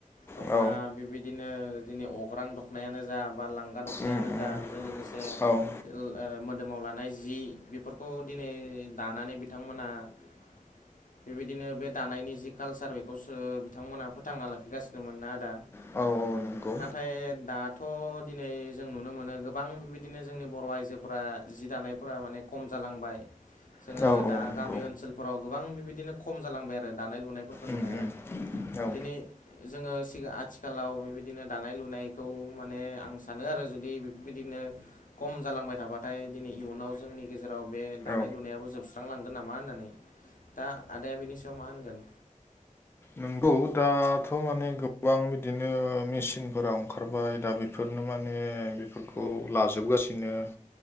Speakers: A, on the left; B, on the left.
A: दख'ना
B: औ
A: बिबायदिनो दिनै अग्रां दख'नायानो जा बा लांगा दखनायानो
B: उम उम
A: जा बेजों लोगो से
B: औ
A: थेल ओ मोदोमाव लानाय जि बेफोरखौ दिनै दानानै बिथांमोना <inaudible> बेबायदिनो बे दानायनि जि कालसार बेखौसो बिथांमोनहा फोथांना लाखिगासिनोमोन ना आदा।
B: औ औ नंगौ
A: नाथाय दाथ' दिनै जों नुनो मोनो गो गोबां बेबायदिनो जोंनि बर' आइजोफ्रा जि दानायफ्रा माने खम जालांबाय। जोङो
B: औ
A: दा
B: औ नंगौ
A: गामि ओनसोलफोराव गोबां बेबायदिनो खम जालांबाय आरो दानाय लुनायफोरखौ
B: उम
A: नुनाया।
B: उम औ
A: दिनै जोङो सि आथिखालाव बेबायदिनो दानाय लुनायखौ माने आं सानो आरो जुदि बिदिनो खम जालांबाय थाबाथाय दिनै इयुनाव जोंनि गेजेराव बे दानाय
B: औ
A: लुनायाबो जोबस्रांलांगोन नामा होननानै दा आदाया बिनि सायाव मा होनगोन?
B: नोंगौ दा दाथ' माने गोबां बिदिनो मेसिनफोरा ओंखारबाय दा बेफोरनो माने बेखौ‌
A: औ
B: लाजोबगासिनो।